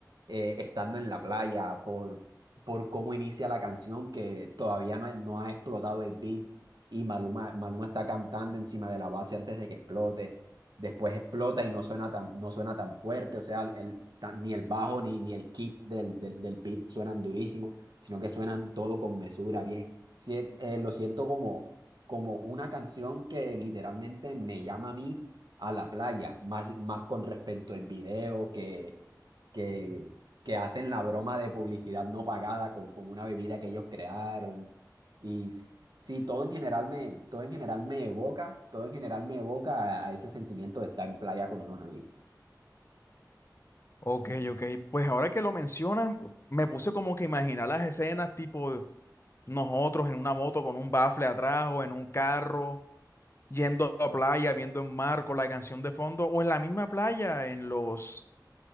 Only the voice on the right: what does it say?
eh, estando en la playa por, por cómo inicia la canción, que todavía no, no ha explotado el beat y Maluma, Maluma está cantando encima de la base antes de que explote. Después explota y no suena tan, no suena tan fuerte, o sea, el, ta- ni el bajo ni, ni el kick del, del, del beat suenan durísimo, sino que suenan todo con mesura, bien. Sí, eh, lo siento como, como una canción que literalmente me llama a mí a la playa, más, más con respecto al video que, que, que hacen la broma de publicidad no pagada con, con una bebida que ellos crearon. Y s- sí, todo en general me, todo en general me evoca, todo en general me evoca a, a ese sentimiento de estar en playa con unos amigos.